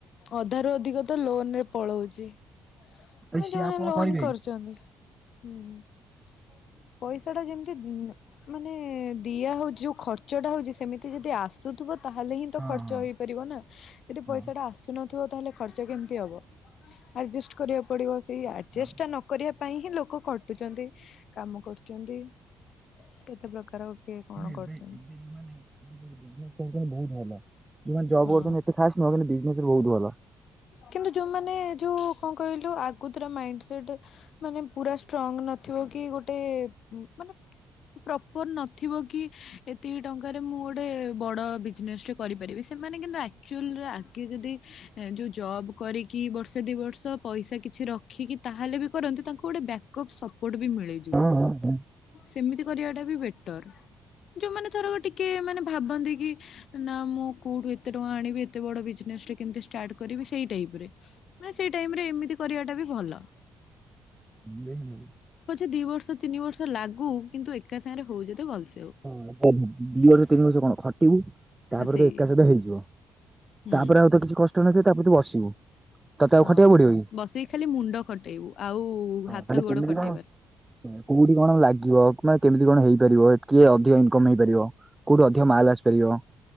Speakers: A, on the left (about 65°); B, on the right (about 15°).
A: ଅଧାରୁୁ ଅଧିକ ତ ଲୋନ୍ ରେ ପଳଉଚି। ମାନେ
B: ଭାଇ ସିଏ
A: ଯୋଉମାନେ
B: ଆଉ କଣ
A: ଲୋନ୍
B: କରିବେ
A: କରିଚନ୍ତି,
B: କି?
A: ହୁଁ ପଇସା ଟା ଯେମିତି ଉଁ, ମାନେ ଦିଆ ହଉଚି ଯୋଉ ଖର୍ଚ୍ଚ ଟା ହଉଚି ସେମିତି ଯଦି ଆସୁଥୁବ ତାହେଲେ ହିଁ ତ
B: ହଁ
A: ଖର୍ଚ୍ଚ
B: ହଁ
A: ହେଇପାରିବ ନା। ଯଦି ପଇସା
B: ହଁ
A: ଟା ଆସୁନ ଥିବ ତାହାଲେ ଖର୍ଚ୍ଚ କେମତି ହବ, ଆଡଜେଷ୍ଟ କରିବାକୁ ପଡିବ ସେଇ ଆଡ଼ଜେଷ୍ଟ
B: ଆଉ
A: ଟା ନ କରିବା ପାଇଁ ହିଁ ଲୋକ ଖଟୁଚନ୍ତି କାମ କରୁଚନ୍ତି। କେତେ ପ୍ରକାର କିଏ କଣ
B: କିନ୍ତୁ
A: କରୁଛନ୍ତି
B: ଏବେ ଏବେ ଯୋଉମାନେ <unintelligible> ବୋହୁତ ଭଲ। ଯୋଉମାନେ ଜବ୍
A: ହଁ
B: କରୁଛନ୍ତି ଏତେ ଖାସ୍ ନୁହଁ କିନ୍ତୁ ବିଜନେସରେ ବହୁତ ଭଲ।
A: କିନ୍ତୁ ଯୋଉମାନେ ଯୋଉ କଣ କହିଲୁ ଆଗୁ ତୁରା ମାଇଣ୍ଡସ୍ ସେଟ ମାନେ ପୁରା ଷ୍ଟ୍ରଙ୍ଗ ନଥିବ କି ଗୋଟେ ଉଁ, ମାନେ ପ୍ରପର୍ ନଥିବ କି ଏତିକି ଟଙ୍କାରେ ମୁଁ ଗୋଟେ ବଡ ବିଜନେସ୍ ଟେ କରିପାରିବି ସେମାନେ କିନ୍ତୁ ଆକ୍ଚୁଲ ର ଆଗେ ଯଦି ଏ-ଯୋଉ ଜବ୍ କରିକି ବର୍ଷେ ଦି ବର୍ଷ ପଇସା କିଛି ରଖିକି ତାହେଲେ ବି କରନ୍ତୁ ତାଙ୍କୁ ଗୋଟେ ବ୍ୟାକଅପ୍ ସ ଟ ବି ମିଳିଯିବ,
B: ହଁ ହଁ ହଁ।
A: ସେମିତି କରିବାଟା ବି ବେଟର୍। ଯୋଉମାନେ ଥର ଗୋଟେ କିଏ ମାନେ ଭାବନ୍ତି କି ଏ ନା ମୁଁ କୋଉଠୁ ଏତେ ଟଙ୍କା ଆଣିବି ଏତେ ବଡ ବିଜନେସଟେ କେମିତି ଷ୍ଟାର୍ଟ କରିବି ସେଇ ଟାଇପ ରେ। ମାନେ ସେଇ ଟାଇମ ରେ ଏମିତି। କରିବାଟା ବି ଭଲ।
B: <unintelligible>
A: ଛେ ଦି ବର୍ଷ ତିନି ବର୍ଷ ଲାଗୁ କିନ୍ତୁ ଏକା ସାଙ୍ଗରେ ହଉ ଯଦି ଭଲ ସେ
B: ହଁ ତ ଦି ବର୍ଷ ତିନି ବର୍ଷ କଣ ଖଟିବୁ। ତାପରେ
A: ଆ ସେଇ
B: ତ ଏକାସଇତ ହେଇଯିବ
A: ହୁଁ
B: ତାପରେ ଆଉ ତ କିଛି କଷ୍ଟ <unintelligible> ନଥିବେ ତାପରେ ତୁ ବସିବୁ। ତତେ ଆଉ
A: ହଁ
B: ଖଟିବାକୁ ପଡିବ କି?
A: ବସିକି ଖାଲି ମୁଣ୍ଡ ଖଟେଇବୁ ଆଉ ହାତ
B: ମାନେ
A: ଗୋଡ
B: କେମିତି
A: ଖଟେଇବାର
B: କଣ କୋଉଠି କଣ ଲାଗିବ ମାନେ କେମତି? କଣ ହେଇପାରିବ କିଏ ଅଧିକ ଇନକମ ହେଇପାରିବ କୋଉଠି ଅଧିକ ମାଲ ଆସିପାରିବ